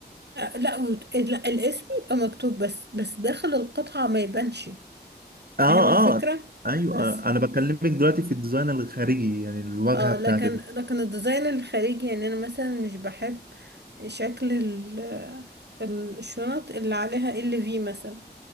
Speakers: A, on the right; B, on the right.
A: آه، لا وت- لا الاسم يبقى مكتوب بس بس داخل القطعه ما يبانش فاهم
B: اه
A: الفكره
B: اه ايوه
A: بس
B: آه، انا بكلمك دلوقتي في الديزاين الخارجي يعني الواجهة
A: اه
B: بتاعت
A: لكن
B: ال...
A: لكن الديزاين الخارجي يعني انا مثلا مش بحب شكل ال ال- الشنط اللي عليها ال في مثلا